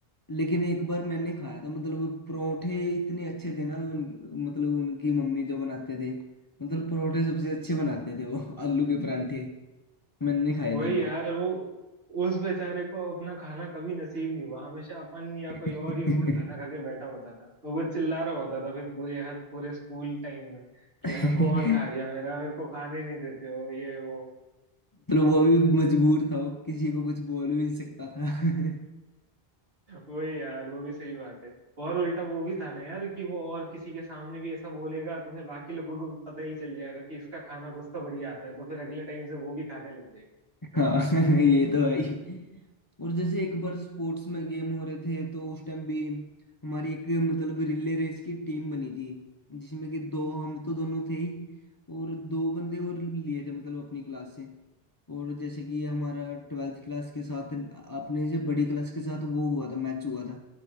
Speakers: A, on the left; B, on the right.
A: लेकिन एक बार मैंने खाया था मतलब परोठे इतने अच्छे थे ना उन, मतलब उनकी मम्मी जो बनाते थे मतलब परोठे सबसे अच्छे बनाते थे वो आलू के परांठे मैंने खाए
B: वही
A: थे एक बार
B: यार वो उस बेचारे को अपना खाना कभी नसीब नहीं हुआ हमेशा अपन या
A: <laughs>
B: कोई और ही उसका खाना खा के बैठा होता था और वो चिल्ला रहा होता था फिर पूरे हर पूरे स्कूल टाइम में कि
A: मतलब
B: यार कौन खा गया मेरा मेरे को खाने नहीं देते हो ये वो
A: वो भी मजबूर था वो किसी को कुछ बोल भी नहीं सकता था <laughs>
B: वही यार वो भी सही बात है और उल्टा वो भी था ना यार कि वो और किसी के सामने भी ऐसा बोलेगा तो फिर बाकी लोगों को भी पता ही चल जाएगा कि इसका खाना कुछ तो बढ़िया आता है तो फिर अगले टाइम से वो भी खाने लग
A: हाँ <laughs> ये तो है ही और जैसे एक बार स्पोर्ट्स में गेम हो रहे थे तो उस टाइम भी हमारी एक मतलब रिले रेस की टीम बनी थी जिसमें कि दो हम तो दोनों थे ही और दो बंदे और लिए थे मतलब अपनी क्लास से और जैसे कि ये हमारा ट्वेल्थ क्लास के साथ अपने से बड़ी क्लास के साथ वो हुआ था मैच हुआ था